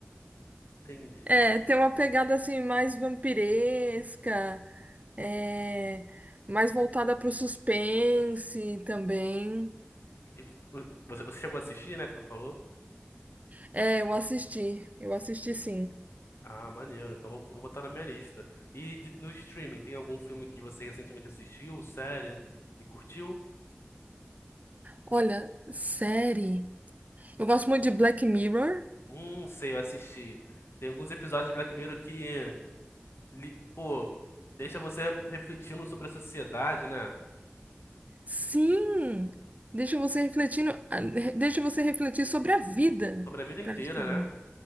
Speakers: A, on the left; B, on the right.
A: entendi.
B: É, tem uma pegada assim mais vampiresca, é, mais voltada para o suspense também.
A: E vo- Você, você chegou a assistir, né, que tu falou?
B: É, eu assisti, eu assisti sim.
A: Ah, maneiro, então vou, vou botar na minha lista. E de- no streaming, tem algum filme que você recentemente assistiu, série, e curtiu?
B: Olha, série. Eu gosto muito de Black Mirror.
A: Hum, sei, eu assisti. Tem alguns episódios de Black Mirror que li- pô, deixa você refletindo sobre a sociedade, né?
B: Sim, deixa você refletindo, ah, deixa você refletir sobre a vida,
A: Sobre a vida inteira,
B: praticamente.
A: né?